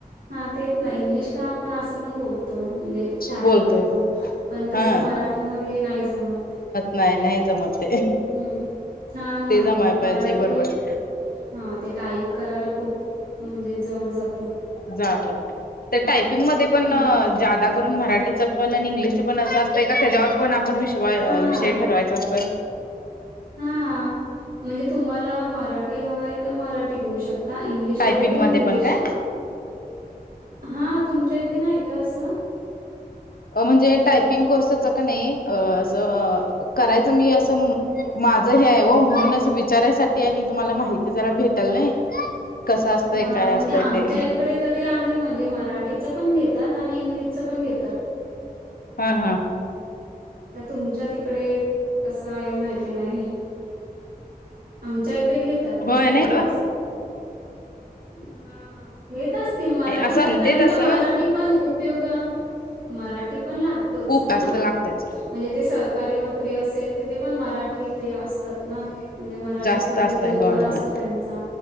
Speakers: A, on the right; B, on the left.
A: हा तेच ना इंग्लिश का आपण असं पण बोलतो. म्हणजे चाट
B: बोलतोय
A: करतो पण तस
B: हा
A: मराठीमध्ये नाही जमत.
B: नाही नाही जमत ते
A: हम्म हा ना
B: ते जमाय
A: मराठी.
B: पाहिजे बरोबर
A: हा ते टाईप करायला खूप म्हणजे जड जात.
B: जात टायपिंग मध्ये पण
A: हम्म
B: जादा. करून मराठीच पण आणि इंग्लिश पण असं असतं का त्याच्यावर पण आपण विषय
A: हा
B: ठरवायचा असतोय.
A: हा म्हणजे तुम्हाला मराठी हव आहे तर मराठी घेऊ शकते. ता इंग्लिश
B: टायपिंग
A: हवय तर
B: मध्ये
A: इंग्लिश
B: पण काय
A: हा तुमच्या इथे नाही का असं
B: अ म्हणजे टायपिंग कोर्सचं का नाही असं करायचं मी असं माझं हे आहे हो म्हणूनच विचारायसाठी आणि तुम्हाला माहिती जरा भेटल नाही कसं असतय
A: हा
B: काय
A: म्हणजे
B: असतय
A: आमच्या
B: ते
A: इकडे तरी आहे म्हणजे मराठीचं पण घेतात आणि इंग्लिशच पण घेतात
B: हा हा
A: तर तुमच्या तिकडे कस आहे माहित नाही आमच्या इथे घेतात
B: होय
A: अस
B: नाही एवढं
A: क्लास हा हेेत असतील मराठीच
B: असं म्हणते
A: कारण
B: तसं
A: का मराठी पण उपयोग मराठी पण लागतोच
B: ऊब
A: ना
B: जास्त लागतयच
A: म्हणजे ते सरकारी नोकरी असेल तिथे पण मराठी ते असतात म्हणजे मराठी
B: जास्त
A: कम्प्युटर
B: असतय होय
A: वर
B: होय
A: असतो त्यांचा